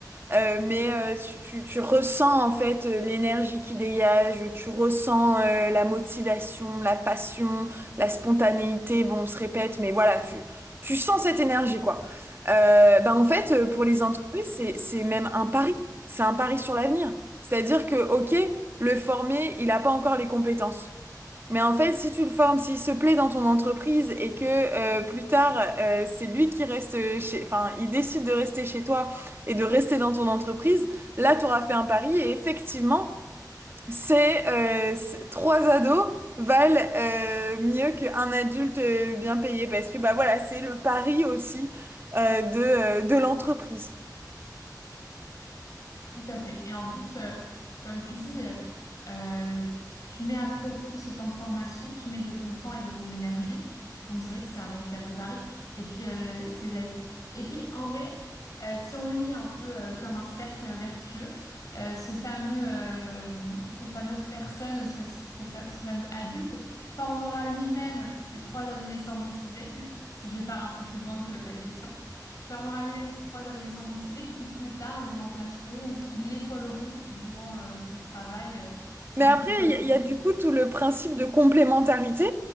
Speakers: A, on the right; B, on the left.
A: Euh, mais euh, tu, tu, tu ressens en fait euh, l'énergie qui dégage, tu ressens euh, la motivation, la passion, la spontanéité. Bon, on se répète, mais voilà, tu, tu sens cette énergie quoi. Euh, bah, en fait, euh, pour les entreprises, c'est, c'est même un pari. C'est un pari sur l'avenir. C'est-à-dire que, ok, le formé, il n'a pas encore les compétences. Mais en fait, si tu le formes, s'il se plaît dans ton entreprise et que euh, plus tard, euh, c'est lui qui reste chez, enfin, il décide de rester chez toi et de rester dans ton entreprise, là, tu auras fait un pari et effectivement, c'est euh, c'est- trois ados valent euh, mieux qu'un adulte euh, bien payé parce que bah voilà, c'est le pari aussi euh, de, euh, de l'entreprise.
B: Tout à fait. Et en plus, euh, comme tu dis, euh, euh, tu mets à profit ce temps de formation, tu mets de ton temps et de ton énergie. Donc c'est vrai que c'est un véritable pari. Et puis, euh, c'est- et puis en vrai, euh, si on lit un peu euh, comme un cercle vertueux, euh, ce fameux, euh, cette fameuse personne, ce, fa- cette fam- ce fameux adulte formera lui-même ses trois adolescents motivés, <laughs> si je pars un peu plus loin que la question fermera les mêmes ces trois adolescents motivés qui plus tard le remplaceront ou qui l'épauleront durant euh, son travail euh, si
A: Mais après,
B: lui doit
A: il y,
B: déléguer
A: a il y a du coup tout le principe de complémentarité